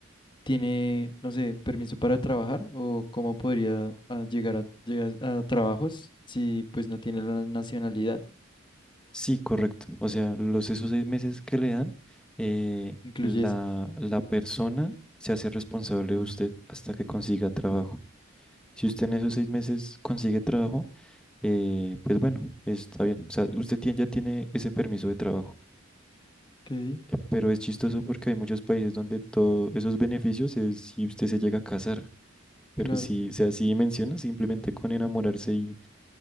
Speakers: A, on the left; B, in the centre.
A: tiene, no sé, permiso para trabajar o cómo podría ah, llegar a, llegar a trabajos si pues no tiene la nacionalidad.
B: Sí, correcto. O sea, los esos seis meses que le dan, eh,
A: Incluye
B: la,
A: eso.
B: la persona se hace responsable de usted hasta que consiga trabajo. Si usted en esos seis meses consigue trabajo, eh, pues bueno, está bien. O sea, usted tiene- ya tiene ese permiso de trabajo.
A: Ok,
B: Pero es chistoso porque hay muchos países donde todos esos beneficios es si usted se llega a casar. Pero
A: claro.
B: si, o sea, así menciona, simplemente con enamorarse y